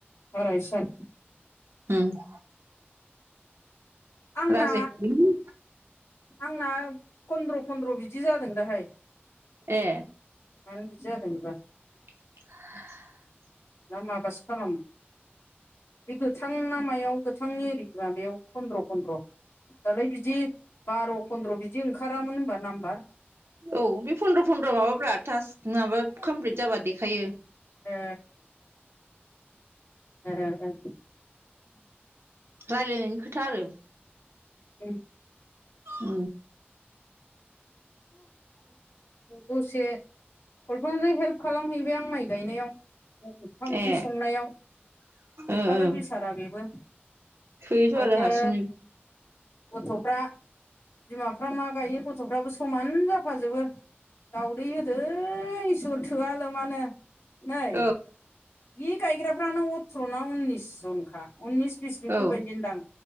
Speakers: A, on the left; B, on the right.
A: साराय साट
B: उम <unintelligible>
A: आंना
B: राजाया
A: आंना फन्द्र'-फन्द्र' बिदि जादों दाहाय
B: ए
A: मानो बिदि जादों बेबा
B: <unintelligible>
A: ना माबासो खालामो बे गोथां ना मायाव गोथांनि ओरै माबायाव फन्द्र'-फन्द्र' दालाय बिदि बार' फन्द्र' बिदि ओंखारामोन होनबा नाम्बार
B: औ बे फन्द्र' फन्द्र माबाब्रा थास्क माबा कमप्लिट जाबा देखायो
A: ए ए ए
B: रायलायनायनि खोथा आरो
A: <unintelligible>
B: उ
A: दसे कलपानाजों हेल्प खालामहैबाय आं माइ गायनायाव ओंखाम ओंख्रि
B: ए
A: संनायाव बुथारो
B: ओ ओ
A: बेसारा बेबो
B: थोयोथ' आरो
A: आयै
B: हारसिंनो
A: गथ'फ्रा बिमाफ्रा मा गायो गथ'फ्राबो समान जाफाजोबो। दावदै होदों इसोर थोआ लमानो नै
B: औ
A: बि गाय फैग्राफ्रानो अथ्र'ना उननिस जनखा उननिस बिस बेफोरबायदि
B: औ
A: नोदां